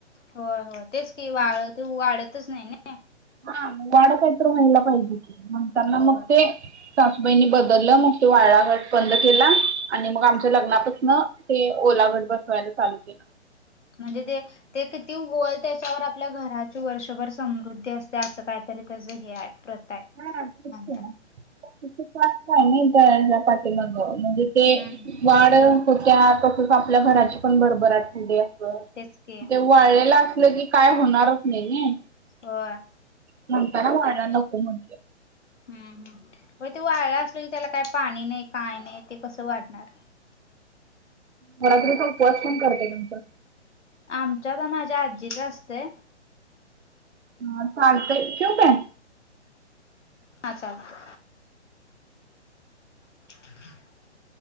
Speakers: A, on the left (about 80°); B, on the right (about 70°).
A: होय, होय, तेच की
B: मग.
A: वाळल ते वाढतच नाही ना?
B: हा मग वाढत हाय तर महिला पाहिजे की मग त्यांना
A: होय
B: मग ते सासूबाईनी बदल मग तो वाळा घट बंद केला आणि मग आमच्या लग्नापासून ते ओलावर घट बसवायला चालू केला
A: म्हणजे ते ते किती उगवल त्याच्यावर आपल्या घराची वर्षभर समृद्धी असते असं काहीतरी त्याच हे आहे. प्रथा आहे
B: हां तेच
A: म्हणतात
B: की त्या तिथं जास्त आहे ना पाठी माग म्हणजे ते
A: हम्म
B: वाढ होत्या. तसच आपल्या घराची पण भरभराट होत्या.
A: तेच की
B: ते वाळलेल असलं की काय होणारच नाही नाही.
A: होय.
B: म्हणताना वारा नको म्हण
A: हम् हम् होय ते वाळल असल की त्याला काय पाणी नाही काय नाही ते कसं वाढणार.
B: नवरात्रीचा उपवास कोण करतं तुमच्यात?
A: आमच्यात तर माझ्या आजीच असतय.
B: हां चालतय ठेऊ काय?
A: हा चालतंय. <inaudible>